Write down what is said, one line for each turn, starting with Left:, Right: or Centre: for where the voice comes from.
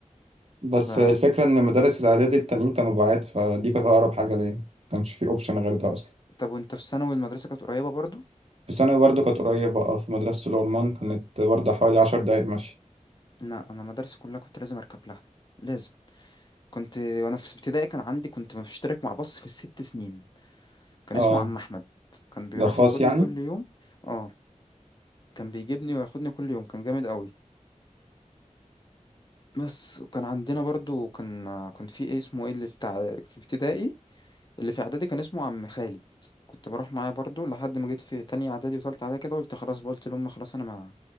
Right: بس
Left: ف
Right: الفكرة إن مدارس الإعدادي التانيين كانوا بعاد فدي كانت أقرب حاجة ليا مكانش في أوبشن غير ده أصلا
Left: طب وانت في ثانوي المدرسة كانت قريبة برضو
Right: في ثانوي برضه كانت قريبة أه في مدرسة الأورمان كانت برضه حوالي عشر دقايق مشي
Left: لا انا مدرسة كلها كنت لازم اركب لها لازم كنت وانا في ابتدائي كان عندي كنت مشترك مع باص في الست سنين كان
Right: أه
Left: اسمه عم احمد كان بيروح
Right: ده خاص
Left: ياخدني
Right: يعني
Left: كل يوم اه كان بيجيبني وياخدني كل يوم كان جامد قوي بس وكان عندنا برضو كان كان في ايه اسمه ايه اللي بتاع في ابتدائي اللي في اعدادي كان اسمه عم خالد كنت بروح معاه برضو لحد ما جيت في تانية اعدادي وتالتة اعدادي كده قلت خلاص بقى قلت لهم خلاص انا ما